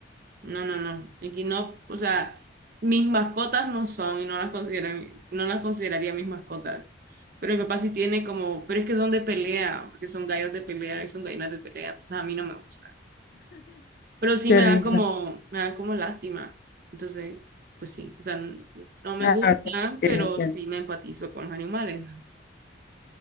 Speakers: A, on the right; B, on the left.
A: No, no, no. Aquí no, o sea, mis mascotas no son y no las consideran, no las consideraría mis mascotas. Pero mi papá sí tiene como, pero es que son de pelea, porque son gallos de pelea y son gallinas de pelea, entonces a mí no me gusta. Pero sí
B: qué
A: me
B: risa.
A: dan como, me dan como lástima. Entonces, pues sí, o sea, n- no me
B: Ah,
A: gustan,
B: ok, ok, entiendo.
A: pero sí me empatizo con los animales.